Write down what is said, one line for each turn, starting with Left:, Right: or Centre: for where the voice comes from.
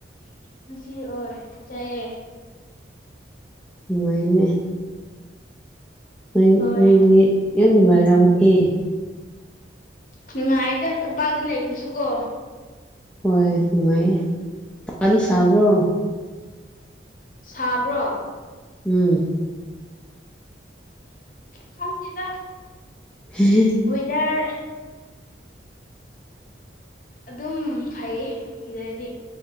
Left: ꯉꯁꯤ ꯑꯣꯏ ꯆꯥꯛꯑꯦ
Centre: ꯃꯩꯃꯦ ꯅꯣꯏ
Left: ꯍꯣꯏ
Centre: ꯅꯣꯏꯗꯤ ꯌꯥꯝ ꯅꯨꯡꯉꯥꯏꯔꯝꯏ
Left: ꯅꯨꯡꯉꯥꯏꯗ꯭ꯔ ꯇꯝꯄꯥꯛꯇ ꯂꯩꯕꯁꯨꯀꯣ
Centre: ꯍꯣꯏ ꯅꯨꯡꯉꯥꯏꯌꯦ ꯊꯗꯤ ꯁꯥꯕ꯭ꯔꯣ
Left: ꯁꯥꯕ꯭ꯔꯣ
Centre: ꯎꯝ
Left: ꯈꯪꯗꯦꯗ
Centre: <unintelligible>
Left: ꯋꯦꯗꯔ ꯑꯗꯨꯝ ꯐꯩꯌꯦ ꯁꯤꯗꯗꯤ